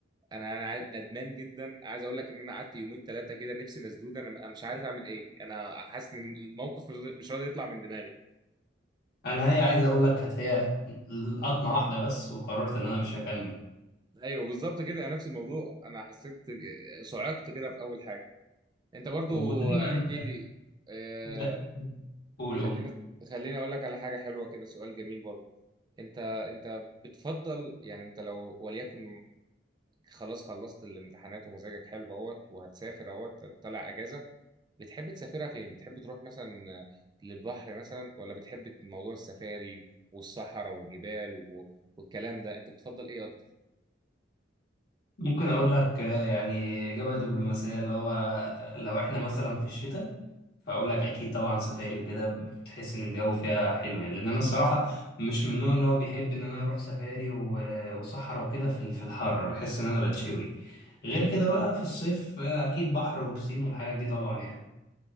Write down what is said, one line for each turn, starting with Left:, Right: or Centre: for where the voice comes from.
Right: انا انا عايز- ندمان جدا عايز اقول لك ان انا قعدت يومين ثلاثة كده نفسي مسدودة انا أنا مش عارف اعمل ايه انا حاسس ان الموقف مش مش راضي يطلع من دماغي
Left: انا هي عايز اقول لك كانت هي قطمه واحده بس وقررت ان انا مش هكمل
Right: ايوه بالظبط كده يعني نفس الموضوع انا حسيت آه، صعقت كده في اول حاجة انت برضو
Left: ودايما
Right: احكي لي آه،
Left: لا، قول قول
Right: خلينا خليني اقول لك على حاجه حلوه كده سؤال جميل برضه انت انت بتفضل يعني انت لو وليكن خلاص خلصت الامتحانات ومزاجك حلو اهوت وهتسافر اهوت طالع اجازه بتحب تسافرها فين بتحب تروح مثلا للبحر مثلا ولا بتحب موضوع السفاري والصحراء والجبال و... والكلام ده انت بتفضل ايه اكتر
Left: ممكن اقول لك آه، يعني اجابه دبلوماسيه اللي هو لو احنا مثلا في الشتاء فاقول لك اكيد طبعا سفاري وكده بتحس ان الجو فيها حلو يعني لان انا الصراحه مش من النوع اللي هو بيحب ان انا اروح سفاري و- وصحراء وكده في ال- في الحر بحس ان انا بتشوي غير كده بقى في الصيف آه، اكيد بحر وبسين والحاجات دي طبعا يعني